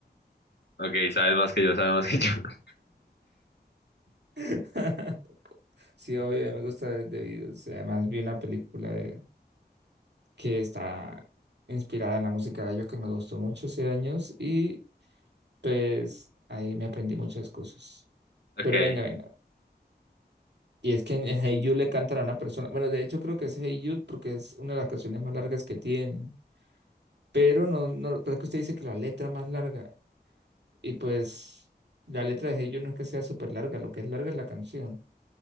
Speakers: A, on the left; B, on the right.
A: Ok, sabes más que yo, sabes más que yo. <laughs>
B: <laughs> Sí, obvio, a mí me gusta de de Beatles. Además, vi una película de- que está inspirada en la música de ellos que me gustó mucho hace años y pues ahí me aprendí muchas cosas.
A: Ok.
B: Pero venga, venga. Y es que en en Hey Jude le cantan a una persona. Bueno, de hecho creo que es Hey Jude porque es una de las canciones más largas que tienen. Pero no, no, creo que usted dice que la letra más larga. Y pues la letra de ellos no es que sea súper larga, lo que es larga es la canción.